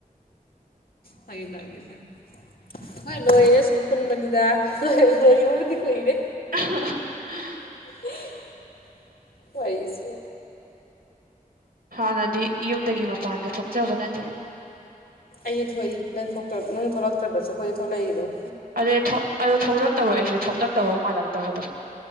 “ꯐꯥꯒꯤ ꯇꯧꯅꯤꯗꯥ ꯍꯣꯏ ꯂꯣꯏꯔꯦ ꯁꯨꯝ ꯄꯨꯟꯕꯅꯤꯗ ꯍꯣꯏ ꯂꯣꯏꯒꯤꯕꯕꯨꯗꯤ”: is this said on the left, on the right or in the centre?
Left